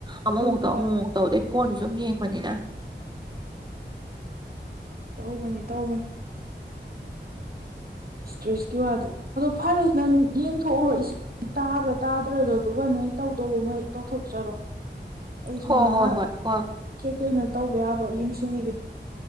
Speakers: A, on the right; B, on the right.
A: ꯑꯃꯃꯨꯛ
B: ꯍꯣꯏ
A: ꯇꯧ
B: ꯍꯣꯏ
A: ꯑꯃꯃꯨꯛ ꯇꯧ ꯗꯩ ꯐꯣꯟꯁꯨ ꯁꯨꯝ ꯌꯦꯡꯕꯅꯤꯅ
B: ꯇꯧꯕꯅꯤ ꯇꯧꯕꯅꯤ ꯏꯁꯇ꯭ꯔꯦꯁꯀꯤ ꯋꯥꯗꯤ ꯑꯗꯣ ꯐꯔꯦ ꯅꯪ ꯌꯦꯡꯊꯣꯛꯎꯔꯣ ꯏꯁꯤ ꯇꯥꯕ꯭ꯔꯥ ꯇꯥꯗ꯭ꯔꯒ ꯗꯨꯒ ꯅꯩ ꯇꯧꯗꯧꯕ ꯃꯩ ꯇꯧꯊꯣꯛꯆꯔꯣ ꯑꯩꯁꯨ
A: ꯍꯣꯏ
B: ꯉꯥꯍꯥꯛ
A: ꯍꯣꯏ ꯍꯣꯏ ꯍꯣꯏ
B: ꯀꯩꯀꯩꯅꯣ ꯇꯧꯕ ꯌꯥꯕ ꯌꯦꯡꯁꯤꯜꯂꯤꯒꯦ